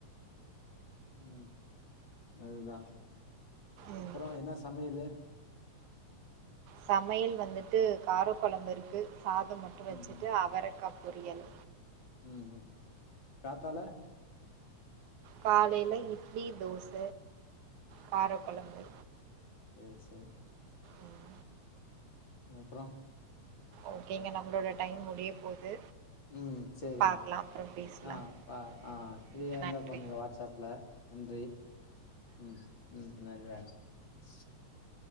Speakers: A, on the left (about 40°); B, on the right (about 85°).
A: ம் அதுதா
B: ம்
A: அப்பறோ என்னா சமையலு
B: சமையல் வந்துட்டு கார கொழம்புருக்கு சாத மட்டு வச்சுட்டு
A: ம்
B: அவரக்கா பொரியல்
A: ம் ம் காத்தால
B: காலைல இட்லி தோச கார கொழம்பு
A: செரி செரி
B: உம்
A: அப்றோ
B: ஓகேங்க நம்ளோட டைம் முடிய போது
A: ம் சேரிங்க
B: பாக்கலா அப்புறம் பேசலா
A: ஆ பா
B: ம்
A: ஆ ஃப்ரீயா
B: ம்
A: இருந்தா
B: நன்றி
A: பண்ணுங்க வாட்ஸ் ஆப்ல நன்றி ம் ம் <unintelligible>